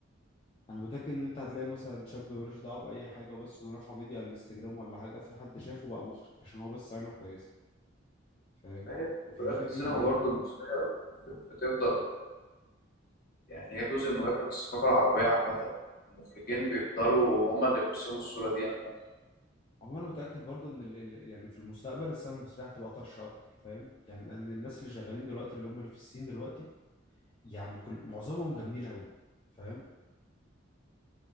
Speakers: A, on the left (about 30°); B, on the left (about 50°).
A: انا متاكد ان انت هتلاقي مثلا شاب ملوش دعوه باي حاجه وبس انه رافع فيديو على الانستجرام ولا حاجه في حد شافه بقى مخرج عشان هو بس عينه كويسه فاهم
B: فاهم؟ وفي
A: فده
B: الآخر
A: جميل
B: السينما
A: يعني
B: برضه المصرية بتفضل يعني هي جزء مهم من الثقافة العربية عامة المخرجين بيفضلوا هم اللي بيرسموا الصورة دي عامة
A: هو انا متاكد برضو ان ال... ال- يعني في المستقبل السينما المصريه هتبقى طرشه اكتر فاهم يعني لان الناس اللي شغالين دلوقتي اللي هم اللي في الصين دلوقتي يعني كل معظمهم جامدين قوي فاهم